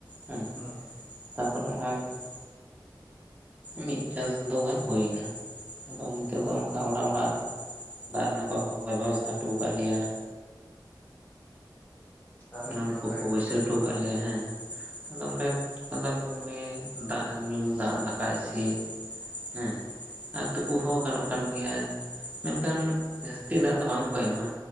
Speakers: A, on the right (about 20°); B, on the left (about 20°).
A: ᱦᱮᱹ᱾
B: ᱦᱩᱸ, ᱦᱩᱸ᱾
A: ᱛᱟᱨᱯᱚᱨᱮ ᱦᱚᱸᱜ-ᱚᱭ ᱾ ᱢᱤᱫ ᱪᱟᱥᱫᱳ ᱜᱟᱱ ᱦᱳᱭ ᱱᱟ ᱟᱫᱚ ᱱᱤᱛᱳᱜ
B: ᱚ
A: ᱫᱚ ᱚᱱᱠᱟ ᱚᱲᱟᱜ ᱚᱲᱟᱜ ᱫᱟᱜ ᱨᱮᱱᱟᱜ ᱠᱚ ᱵᱮᱵᱚᱥᱛᱷᱟ ᱦᱚᱴᱚ ᱠᱟᱜ ᱞᱮᱭᱟ᱾
B: ᱛᱟᱦᱚᱞᱮ
A: ᱱᱚᱞ
B: ᱛᱚ ᱱᱟᱯᱟᱭ
A: ᱠᱚᱠᱚ
B: ᱜᱮ
A: ᱵᱟᱹᱭᱥᱟᱹᱣ ᱦᱚᱴᱚ ᱠᱟᱜ ᱞᱮᱭᱟ ᱦᱮᱸ᱾ ᱟᱫᱚ ᱚᱸᱰᱮ ᱠᱷᱚᱱ ᱫᱚ ᱫᱟᱜ ᱧᱩ ᱫᱟᱜ ᱫᱟᱠᱟ ᱤᱥᱤᱱ᱾ ᱦᱮᱸ᱾ ᱟᱨ ᱛᱩᱯᱩ ᱦᱚᱸ ᱜᱟᱱᱚᱜ ᱠᱟᱱ ᱜᱮᱭᱟ ᱢᱮᱱᱠᱷᱟᱱ ᱡᱟᱹᱥᱛᱤ ᱫᱟᱜ ᱫᱚ ᱵᱟᱝ ᱠᱚ ᱮᱢᱟ᱾